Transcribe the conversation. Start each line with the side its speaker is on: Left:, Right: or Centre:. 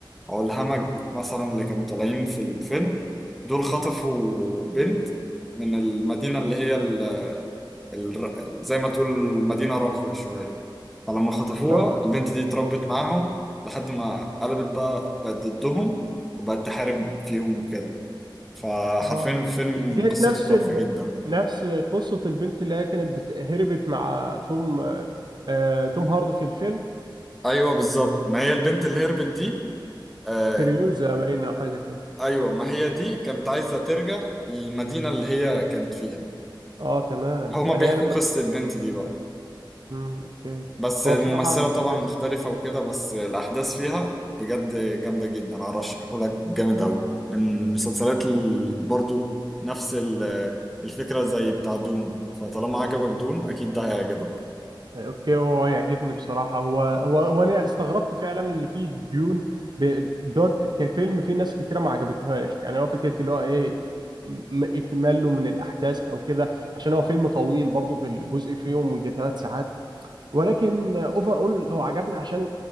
Centre: أو الهمج مثلا اللي كانوا طالعين في الفيلم دول خطفوا بنت من المدينة اللي هي ال ال زي ما تقول مدينة راقية شوية فلما خطفوها
Right: اه
Centre: البنت دي اتربت معاهم لحد ما قلبت بقى بقت ضدهم وبقت تحارب فيهم وكده فحرفيا
Right: اه
Centre: الفيلم
Right: ديت
Centre: قصته
Right: نفس
Centre: تحفة
Right: ال...
Centre: جدا
Right: نفس قصة البنت اللي هي كانت بت... هربت مع توم آه... توم هاردي في الفيلم
Centre: ايوه بالظبط ما هي البنت اللي
Right: آه.
Centre: هربت دي آه
Right: فريوزا باينة أو حاجة كده
Centre: ايوه ما هي دي كانت عايزه ترجع للمدينه اللي هي كانت فيها
Right: اه تمام
Centre: هما
Right: يعني
Centre: بيحكوا
Right: هي لما
Centre: قصه البنت دي بقى
Right: مم. اوكي
Centre: بس الممثله
Right: هو بصراحة مدرس
Centre: طبعا مختلفه وكده بس الاحداث فيها بجد جامده جدا ارشحه لك جامد قوي من المسلسلات ال- برضو نفس ال- الفكره زي بتاع دون فطالما عجبك دون اكيد ده هيعجبك
Right: اوكي هو يعجبني بصراحة هو هو, هو انا استغربت فعلا اللي فيه ديون ب... دوت كفيلم فيه ناس كتيرة ما عجبتهاش يعني هو فكرة اللي هو ايه م- اكماله من الاحداث او كده عشان هو فيلم طويل برضو في الجزء فيهم من ثلاث ساعات ولكن اوفر اول هو عجبني عشان